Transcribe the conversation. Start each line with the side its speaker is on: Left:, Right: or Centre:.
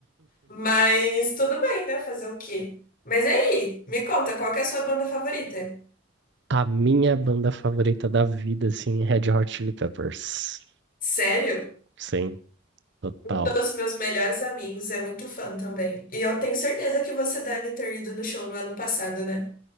Left: Mas tudo bem, né? Fazer o quê? Mas e aí, me conta, qual que é a sua banda favorita?
Right: A minha banda favorita da vida, assim, é Red Hot Chili Peppers.
Left: Sério?
Right: Sim, total.
Left: Um dos meus melhores amigos é muito fã também. E eu tenho certeza que você deve ter ido no show no ano passado, né?